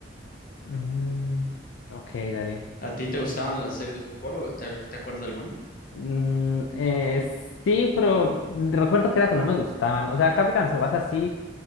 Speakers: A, on the left; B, on the left.
A: Mm, ok, dale.
B: ¿A ti te gustaban las series de fútbol o te, te acuerdas de alguna?
A: Mm, eh, sí, pero recuerdo que era que no me gustaban, o sea, Capitán Tsubasa sí,